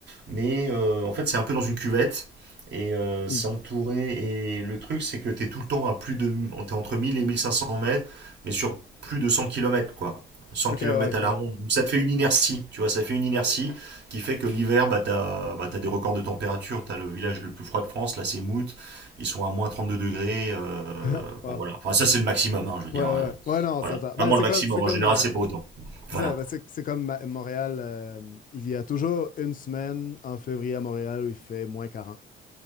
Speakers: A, on the right; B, on the left.
A: Mais euh, en fait, c'est un peu dans une cuvette. Et euh,
B: Hmm.
A: c'est entouré. Et le truc, c'est que t'es tout le temps à plus de. T'es entre 1000 et 1500 mètres, mais sur plus de 100 kilomètres, quoi. Cent
B: Ok,
A: kilomètres
B: ouais, je
A: à la
B: comprends.
A: ronde. Donc ça te fait une inertie, tu vois, ça fait une inertie qui fait que l'hiver, bah, t'as, bah, t'as des records de température. T'as le village le plus froid de France, là, c'est Mout. Ils sont à moins 32 degrés. euh,
B: <laughs> Wow.
A: bon, voilà. Enfin, ça, c'est le maximum, hein, je veux
B: Ouais,
A: dire.
B: ouais.
A: euh,
B: Ouais, non, on
A: voilà.
B: s'entend. Ben,
A: Vraiment
B: c'est
A: le maximum.
B: comme, c'est comme,
A: En général,
B: euh,
A: c'est pas autant.
B: c'est
A: Voilà.
B: ça, ben, c'est c'est comme Ma- Montréal. euh, il y a toujours une semaine en février à Montréal où il fait moins quarante